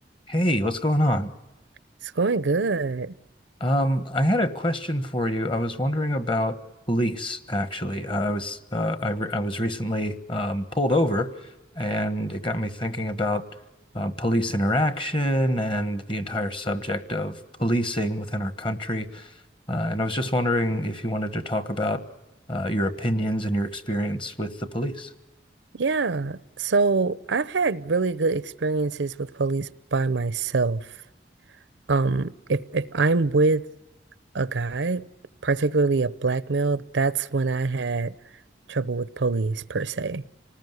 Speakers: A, on the left; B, on the right.
A: Hey, what's going on?
B: It's going good.
A: Um, I had a question for you. I was wondering about police, actually. Uh, I was uh, I, re I was recently um, pulled over, and it got me thinking about uh, police interaction and the entire subject of policing within our country. Uh, and I was just wondering if you wanted to talk about uh, your opinions and your experience with the police.
B: Yeah. So I've had really good experiences with police by myself. Um, if if I'm with a guy, particularly a black male, that's when I had trouble with police per se.